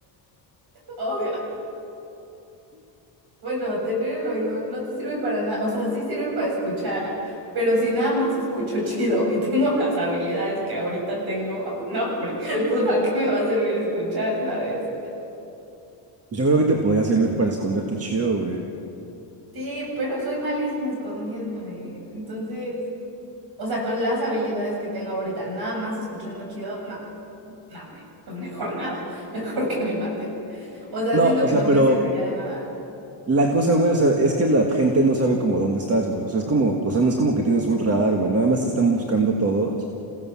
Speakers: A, on the right (about 50°); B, on the right (about 30°).
A: Obvio. Bueno, tener el oído no te sirve para nada, o sea, sí sirve para escuchar, pero si nada más escucho chido y tengo las habilidades que ahorita tengo, <laughs> no, hombre, pues ¿para qué me va a servir escuchar, sabes?
B: Yo creo que te podría servir para esconderte chido, güey.
A: Sí, pero soy malísima escondiéndome, entonces, o sea, con las habilidades que tengo ahorita, nada más escuchando chido, no, no, hombre, pues mejor nada, <laughs> mejor que me maten. O sea,
B: No,
A: siento
B: o
A: que
B: sea,
A: no me
B: pero
A: serviría de nada.
B: la cosa, güey, o sea, es que la gente no sabe como dónde estás, güey. O sea, es como, o sea, no es como que tienes un radar, güey. Nada más te están buscando todos.